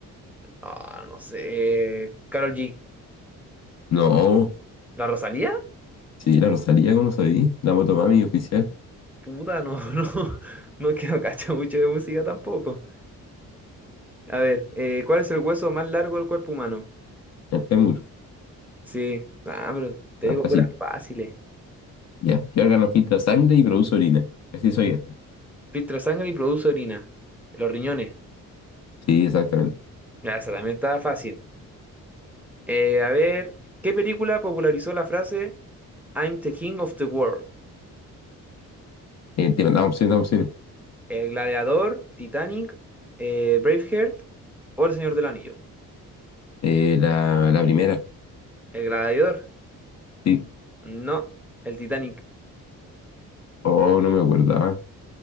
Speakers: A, in the centre; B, on the left.
A: Ah, no sé. Karol G.
B: No,
A: ¿La Rosalía?
B: sí, la Rosalía, ¿cómo no sabía? La Motomami oficial.
A: Puta, no, <laughs> no. No es que no cacho mucho de música tampoco. A ver, eh, ¿cuál es el hueso más largo del cuerpo humano?
B: El fémur.
A: Sí. Ah, pero te
B: Era
A: digo
B: fácil.
A: puras fáciles.
B: Ya. ¿Qué órgano filtra sangre y produce orina? Así soy esta.
A: Filtra sangre y produce orina. Los riñones.
B: Sí, exactamente.
A: Ya, esa también estaba fácil. Eh, a ver, ¿qué película popularizó la frase I'm the king of the world?
B: Eh, te mandamos opciones, damos opciones.
A: ¿El gladiador, Titanic, eh, Braveheart o El Señor del Anillo?
B: Eh, la, la primera.
A: ¿El gladiador?
B: Sí.
A: No, el Titanic.
B: Oh, no me acordaba.